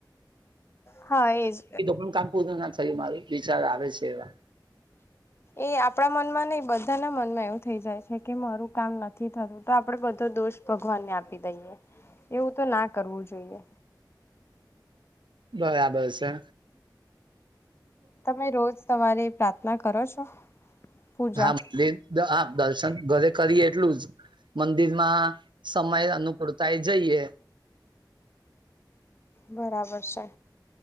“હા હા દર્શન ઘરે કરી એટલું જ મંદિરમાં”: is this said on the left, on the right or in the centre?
Right